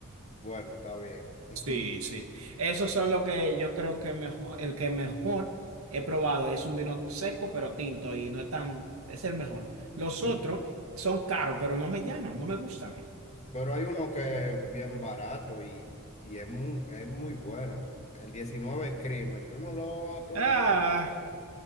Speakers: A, on the left; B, on the right.
A: bueno, está bien. <laughs>
B: Sí, sí. Esos son los que yo creo que mejor, el que mejor he probado es un vino seco pero tinto y no es tan, es el mejor. Los
A: Y-
B: otros son caros, pero no me llaman, no me gustan.
A: Pero hay uno que es bien barato y, y es muy, es muy bueno. El diecinueve Crimen, tú no lo has tom-
B: Ah.